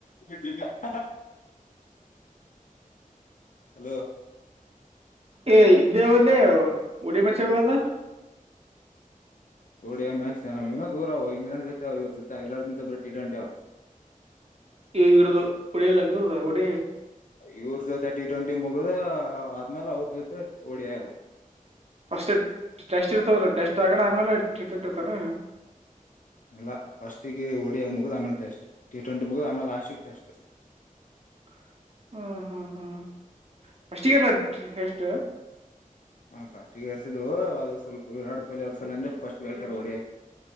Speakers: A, on the left (about 65°); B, on the right (about 45°).
A: ಜಬಟ್ಟ.. ಹಲೋ..
B: ಏ ಇದೇ ಒಲ ಉಡಿಮಚ್ಚ ಇದ..
A: ಡಿಯ ಮ್ಯಾಚ್ ನ ಇನೋ ದೂರ ಅವ ಇಂಗ್ಲೆಂಡ್ ಜೊತೆ ಇವ್ರ ಜೊತೆ ಎಲ್ಲಾರ ನಿಿಂದ ಬರ ಇಡಂಟ..
B: ಇಡದು ಒಡೆಯಲ್ಲ ಉಡದ ಒಡ..
A: ಇವ್ರ ಜೊತೆ ಟಿ ಟ್ವೆಂಟಿ ಮುಗುದ ಆದ್ಮೇಾಲ ಅವ್ರ ಜೊತೆ ಹೊಡ್ಯ..
B: ಫಸ್ ಟೆಸ್ಟ್ ಇರ್ತವ್ರ ಟೆಸ್ಟ್ ಆಗೋಣ ಆಮೇಲೆ ಟ್ರೀಟ್ಮೆಂಟ್ ಇರ್ತಾನ..
A: ಎಲ್ಲ ಫಸ್ಟಿಗೆ ಓಡಿಯಾ ಮುಗಿದ್ ಆಮೇಲೆ ಟೆಸ್ಟ್ ಟಿ ಟ್ವೆಂಟಿ ಮುಗಿದ್ ಆಮೇಲೆ ಲಾಸ್ಟ್ ಟೆಸ್ಟ್..
B: <unintelligible> ಹ್ಮ್ ಹ್ಮ್ ಹ್ಮ್ ಅಷ್ಟಿಗೆಲ್ಲ ಎಷ್ಟು..
A: ಹ ಫಸ್ಟ್ ಎರ್ಸಿದ್ ಅದು ಸ್ವಲ್ಪ ವಿರಾಟ್ ಕೊಹ್ಲಿ ಅವ್ರ ಸಲ ಅಂದ್ರೆ ಸ್ಟ್ ಹರ್ತ ಡಿ..